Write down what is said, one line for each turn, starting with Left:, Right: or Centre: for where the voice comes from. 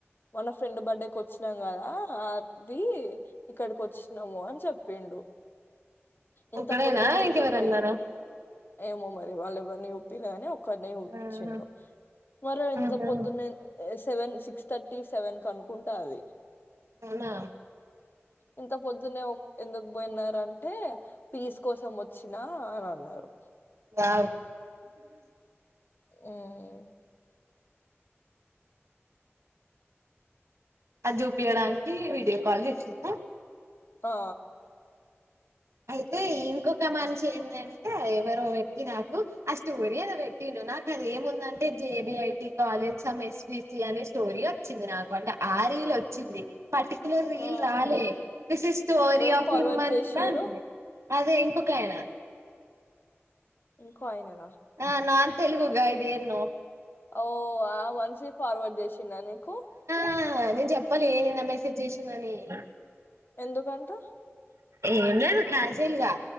Left: మొన్న ఫ్రెండ్ బర్త్డే కొచ్చినం గదా అది ఇక్కడికి వచ్చినాము అని చెప్పిండు ఇంత
Right: ఒక్కడేనా
Left: పొద్దున్నే
Right: ఇంకెవరన్నారా
Left: ఎందుకు పోయి ఏమో మరి వాళ్ళు ఎవరిని చూ పిలేగాని ఒకరినే చూపిచ్చిండు
Right: ఆహా
Left: మరేం ఇంత
Right: ఆహా
Left: పొద్దున్నే లేస్ సెవెన్ సిక్స్ థర్టీ సెవెన్ కి అనుకుంటా అది
Right: అవునా
Left: ఇంత పొద్దున్నే ఎందుకు బోయినారంటే పీస్ కోసం వచ్చినా అని అన్నారు.
Right: వావ్
Left: ఉమ్
Right: అది జూపియ్యడానికి వీడియో కాల్ చేసిండా
Left: ఆ
Right: అయితే ఇంకొక మంచి ఏందంటే ఎవరో ఎక్కిన కు ఆ స్టోరీ ఏదో పెట్టిండ్రు నాకు అది ఏముందంటే J B I T college some S V C అనేస్ స్టోరీ వచ్చింది నాకు అంటే ఆ రీల్ వచ్చింది పర్టిక్యులర్ రీల్
Left: ఆ
Right: రాలే దిస్ ఇస్ స్టోరీ
Left: ఎవరు
Right: ఆఫ్
Left: ఫార్వర్డ్
Right: హిమ్మంత్లా
Left: చేసిరు
Right: అదే ఇంకొకాయన
Left: ఇంకో అయన నా
Right: ఆ non Telugu guy there no
Left: ఓ ఆ వన్సీ ఫార్వర్డ్ జేసిన నీకు.? !
Right: ఆ నేన్ జేప్పాలె నిన్న మెసేజ్ జేసిందని. !
Left: ఎందుకంటా.?
Right: ఏం లేదు క్యాజేల్గా.